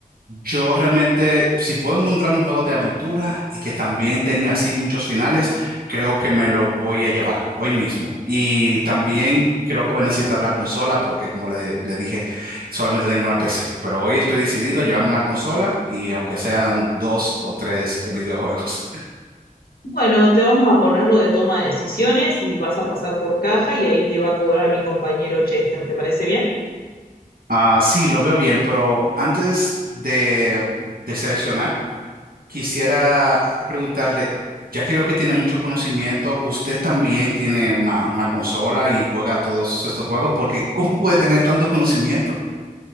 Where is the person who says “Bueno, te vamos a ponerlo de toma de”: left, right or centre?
Left